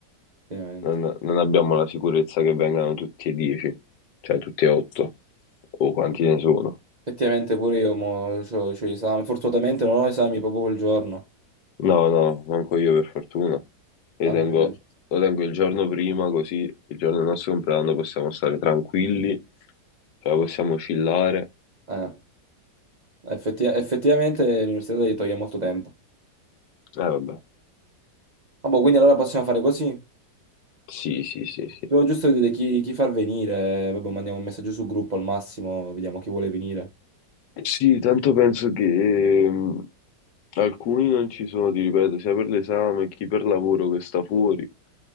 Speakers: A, on the right (about 75°); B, on the left (about 75°).
A: Effettivamente.
B: non, non abbiamo la sicurezza che vengano tutti e 10, cioè tutti e 8, o quanti ne sono.
A: Effettivamente pure io mo, c'ho, c'ho gli esami. Fortunatamente non ho esami proprio quel giorno.
B: No, no, manco io per fortuna. Li
A: Mamma
B: tengo-
A: mia.
B: lo tengo il giorno prima, così il giorno del nostro compleanno possiamo stare tranquilli, cioè possiamo chillare.
A: Eh, effetti- effettivamente l'università ti toglie molto tempo.
B: Eh vabbè,
A: Ah, boh, quindi allora possiamo fare così.
B: sì, sì, sì, sì.
A: Devo giusto vedere chi, chi far venire. Vabbè, mandiamo un messaggio sul gruppo al massimo, vediamo chi vuole venire.
B: Sì, tanto penso che ehm, alcuni non ci sono, ti ripeto, sia per l'esame che per lavoro che sta fuori.